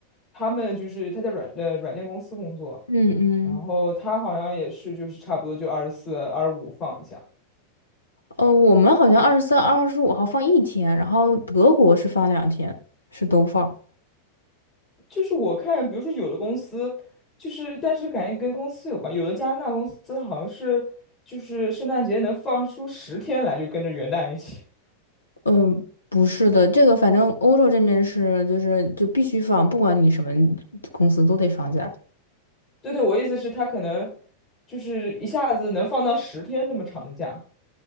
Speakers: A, on the left; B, on the left.
A: 他们就是他在软呃软件公司工作，
B: 嗯嗯。
A: 然后他好像也是就是差不多就二十四、二十五放一下。
B: 呃，我们好像二十三、二十五号放一天，然后德国是放两天，是都放。
A: 就是我看，比如说有的公司就是但是感觉跟公司有关，有的加拿大公司好像是就是圣诞节能放出十天来，就跟着元旦一起。<laughs>
B: 嗯、不是的，这个反正欧洲这边是就是就必须放，不管你什么公司都得放假。
A: 对对，我意思是，他可能就是一下子能放到十天那么长的假。